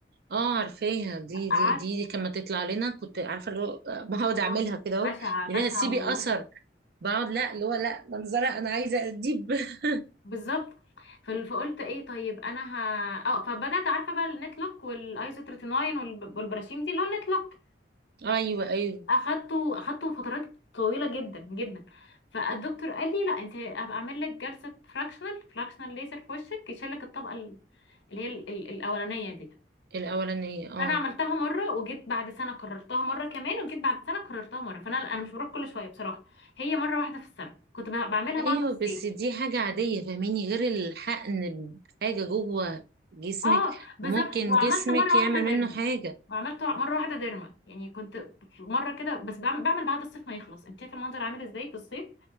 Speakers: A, on the right (about 60°); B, on the left (about 85°).
A: اه عارفاها دي
B: عارفه
A: دي دي, دي كما تطلع لنا كنت عارفه اللي هو آه، بقعد
B: خرابي
A: اعملها كده
B: بشعه
A: اهو
B: بشعه
A: ليها سيبي
B: والله
A: اثر بقعد لا اللي هو لا منظره انا عايزه اديب <laughs>
B: بالظبط فال- فقلت ايه طيب انا ه... اه فبدات عارفه بقى النتلوك والايزوتريتيناين والب- والبراشيم دي اللون نتلوك
A: ايوه ايوه
B: اخدته اخدته فترات طويله جدا جدا فالدكتور قال لي لا انت هبقى اعمل لك جلسه فراكشنال فراكشنال ليزر في وشك يشيل لك الطبقه ال- اللي هي ال- ال- الاولانيه دي
A: الاولانيه اه
B: انا عملتها مره وجيت بعد سنه كررتها مره كمان وجيت بعد سنه كررتها مره فانا انا مش بروح كل شويه بصراحه هي مره واحده في السنه كنت ب- بعملها
A: ايوه
B: بعد الصيف
A: بس دي حاجه عاديه فاهميني غير الحقن بحاجه جوه جسمك
B: اه بالظبط
A: وممكن
B: وعملت
A: جسمك
B: مره واحده
A: يعمل
B: ديرما
A: منه حاجه
B: وعملت مره واحده ديرما يعني كنت مره كده بس بعمل, بعمل بعد الصيف ما يخلص انت شايفه المنظر عامل ازاي في الصيف